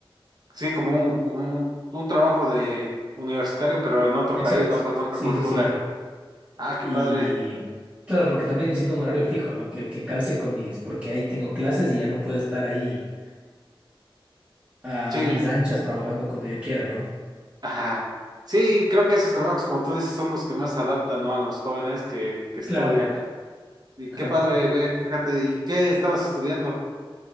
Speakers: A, on the right; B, on the right.
A: Sí, como un, como un, un trabajo de universitario, pero en otro
B: Exacto,
A: país, ¿no? Con otra
B: sí,
A: cultura.
B: sí, sí.
A: Sí. Ah, qué
B: Y
A: padre.
B: claro, porque también necesito un horario fijo, ¿no? Que, que calce con mis, porque ahí tengo clases y ya no puedo estar ahí a
A: Sí.
B: mis anchas trabajando cuando yo quiera, ¿no?
A: Ajá. Sí, creo que esos trabajos, como tú dices, son los que más se adaptan, ¿no? A los jóvenes que, que estudian.
B: Claro.
A: Y
B: ajá.
A: qué padre, ve, fíjate, ¿y qué estabas estudiando?